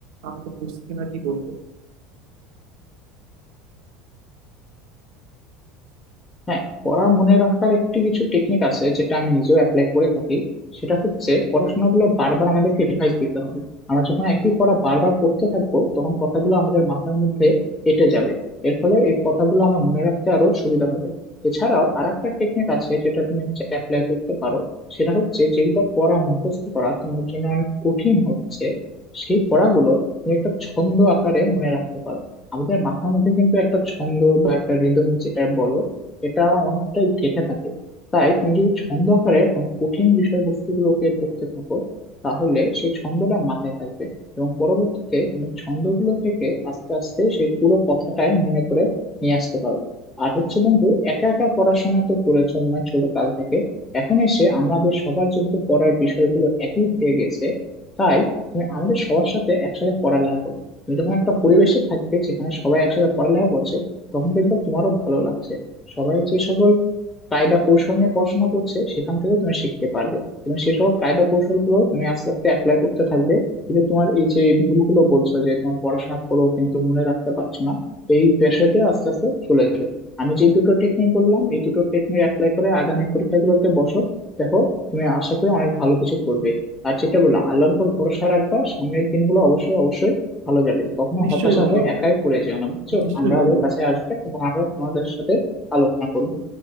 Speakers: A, on the right; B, on the left.
A: আমি তো বুঝছি না কি করবো
B: হ্যাঁ পড়া মনে রাখার একটি কিছু টেকনিক আছে যেটা আমি নিজেও অ্যাপ্লাই করে থাকি সেটা হচ্ছে পড়াশোনাগুলো বারবার আমাদেরকে রিভাইজ দিতে হবে আমরা যখন একই পড়া বারবার পড়তে থাকবো তখন কথাগুলো আমাদের মাথার মধ্যে এঁটে যাবে এর ফলে এই কথাগুলো আমার মনে রাখতে আরো সুবিধা হবে এছাড়াও আর একটা টেকনিক আছে যেটা তুমি অ্যাপ্লাই করতে পারো সেটা হচ্ছে যেগুলো পড়া মুখস্থ করা তোমার জন্য অনেক কঠিন হচ্ছে সেই পড়াগুলো তুমি একটা ছন্দ আকারে মনে রাখতে পারো আমাদের মাথার মধ্যে কিন্তু একটা ছন্দ বা একটা রিদম যেটা বলো এটা অনেকটাই গেঁথে থাকে তাই তুমি যদি ছন্দ আকারে কোনো কঠিন বিষয়বস্তুগুলোকে পড়তে থাকো তাহলে সেই ছন্দটা মাথায় থাকবে এবং পরবর্তীতে তুমি ছন্দগুলো থেকে আস্তে আস্তে সেই পুরো কথাটাই মনে করে নিয়ে আসতে পারো আর হচ্ছে বন্ধু একা একা পড়াশোনা তো করেছো মনে হয় ছোট কাল থেকে এখন এসে আমাদের সবার যেহেতু পড়ার বিষয়গুলো একই হয়ে গেছে তাই তুমি আমাদের সবার সাথে একসাথে পড়ালেখা করো তুমি যখন একটা পরিবেশে থাকবে যেখানে সবাই একসাথে পড়ালেখা করছে তখন দেখবে তোমারও ভালো লাগছে সবাই যে সকল কায়দা কৌশল নিয়ে পড়াশোনা করছে সেখান থেকেও তুমি শিখতে পারবে তুমি সেই সকল কায়দা কৌশল গুলো তুমি আস্তে আস্তে অ্যাপ্লাই করতে থাকবে কিন্তু তোমার এই যে ভুলগুলো বলছো যে তোমার পড়াশোনা করো কিন্তু মনে রাখতে পারছো না এই পেশাটা আস্তে আস্তে চলে যাবে আমি যে দুটো টেকনিক বললাম এই দুটো টেকনিক অ্যাপ্লাই করে আগামী পরীক্ষাগুলোতে বসো দেখো তুমি আশা করি অনেক ভালো কিছু করবে আর যেটা বললাম আল্লাহর উপর ভরসা রাখবা সামনের দিনগুলো অবশ্যই অবশ্যই ভালো যাবে কখনো
A: নিশ্চয়ই
B: হতাশা
A: বন্ধু
B: হয়ে একাই পড়ে যেও না বুঝছো
A: নিশ্চয়ই
B: আমাদের
A: বন্ধু
B: কাছে আসবে এবং আমরা তোমাদের সাথে আলোচনা করবো